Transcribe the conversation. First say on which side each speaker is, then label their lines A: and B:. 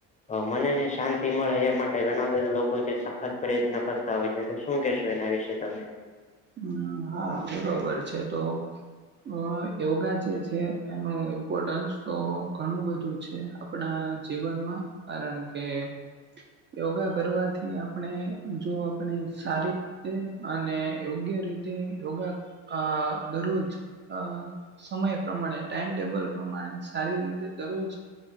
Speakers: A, on the left; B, on the right.
A: હ મનેને શાંતિ મળે એ માટે ઘણા બધા લોકો છે સખત પ્રયત્ન કરતા હોય છે તો શું કેહેશો એના વિશે? એ તો.
B: હમ હા, બરોબર છે તો. અ યોગા જે છે એનું ઇમ્પોર્ટન્સ તો ઘણું બધું છે. આપણા જીવનમાં કારણ કે- યોગા કરવાથી આપણે જો આપણે સારીતે અને- યોગ્ય રીતે યોગા આ દરરોજ- અ સમય પ્રમાણે ટાઈમટેબલ પ્રમાણે સારી રીતે દરરોજ-